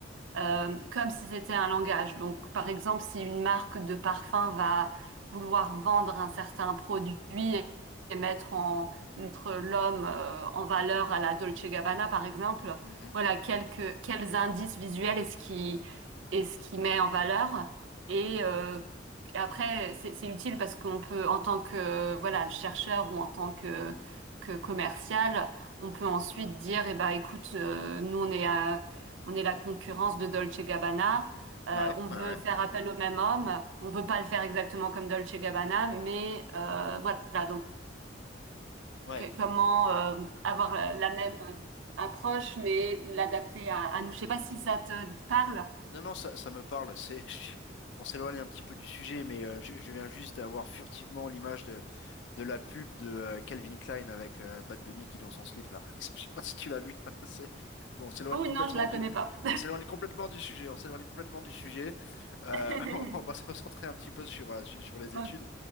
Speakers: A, on the right; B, on the left.
A: euh, comme si c'était un langage. Donc, par exemple, si une marque de parfum va vouloir vendre un certain produit et mettre en mettre l'homme euh, en valeur à la Dolce Gabbana, par exemple,
B: Mhm.
A: voilà quelques quels indices visuels est-ce qui est-ce qui met en valeur et euh, et après, c'est c'est utile parce qu'on peut, en tant que voilà, le chercheur ou en tant que, que commercial, on peut ensuite dire, eh ben, écoute, euh, nous on est à on est la concurrence de Dolce Gabbana. Euh,
B: Ouais,
A: on veut
B: ouais, ouais.
A: faire appel au même homme. On veut pas le faire exactement comme Dolce Gabbana, mais euh, voilà. Donc
B: Ouais.
A: que- comment euh, avoir la la même approche, mais l'adapter à, à nous. Je sais pas si ça te parle.
B: Non, non, ça, ça me parle. C'est, <laughs> on s'éloigne un petit peu du sujet, mais euh, je, je viens juste d'avoir furtivement l'image de, de la pub de euh, Calvin Klein avec euh, Bad Bunny qui danse en slip là. <laughs> Je sais pas si tu l'as vu. <laughs> C'est- bon, On s'éloigne
A: Oh
B: complètement
A: non, je la
B: du,
A: connais pas.
B: on s'éloigne complètement du sujet. On s'éloigne complètement du sujet. Euh,
A: <laughs>
B: <laughs> on va se recentrer un petit peu sur, euh, su- sur les
A: Ok.
B: études.